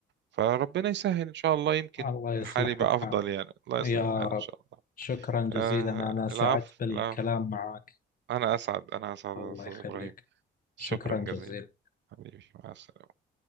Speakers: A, on the right (about 65°); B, on the left (about 45°).
A: فربنا يسهل ان شاء الله يمكن
B: الله يصلح
A: الحال يبقى
B: الحال
A: افضل يعني الله
B: يا
A: يصلح الحال
B: رب
A: ان شاء الله
B: شكرا
A: آه
B: جزيلا أنا سعدت
A: العفو
B: بالكلام
A: العفو
B: معك
A: انا اسعد انا اسعد
B: الله
A: يا استاذ
B: يخليك
A: ابراهيم شكرا
B: شكرا
A: جزيلا
B: جزيلا
A: حبيبي مع السلامه